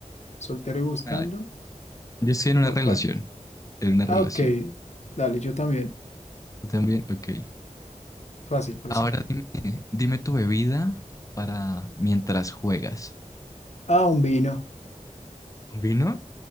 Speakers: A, on the left; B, on the left.
A: ¿Soltero y buscando?
B: Ah, yo estoy en una
A: ¿O
B: relación,
A: cuál?
B: en una relación.
A: Ah, ok. Dale, yo también.
B: ¿Tú también? Ok.
A: Fácil, fácil.
B: Ahora dime, dime tu bebida para mientras juegas.
A: Ah, un vino.
B: ¿Un vino?